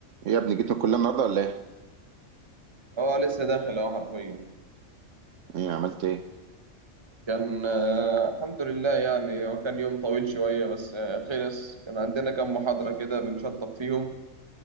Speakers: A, on the right (about 75°); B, on the right (about 25°).
A: إيه يا ابني جيت من الكليه النهارده ولا ايه؟
B: اه لسه داخل اهو حرفيا
A: ايه عملت ايه؟
B: كان آه، الحمد لله يعني هو كان يوم طويل شوية بس آه، خلص كان عندنا كام محاضرة كده بنشطب فيهم